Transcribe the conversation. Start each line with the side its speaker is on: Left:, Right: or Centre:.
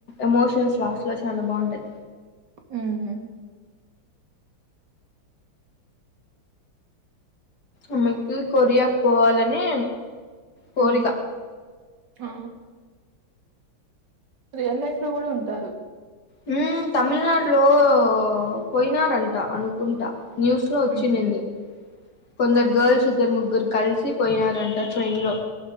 Left: ఎమోషన్స్ లాస్ట్ లో చానా బాగుంటాయి
Right: ఉ హు
Left: అమెకి కొరియాకు పోవాలని కోరిక
Right: హు ఆ రియల్ లైఫ్ లో కూడా ఉంటారు
Left: హు తమిళనాడులో పోయినారంట అనుకుంటా న్యూస్ లో వచ్చి
Right: ఉమ్
Left: ఉండిది కొందరు
Right: ఆ
Left: గర్ల్స్ ఇద్దరు ముగ్గురు కలిసి పోయినారంట ట్రైన్లో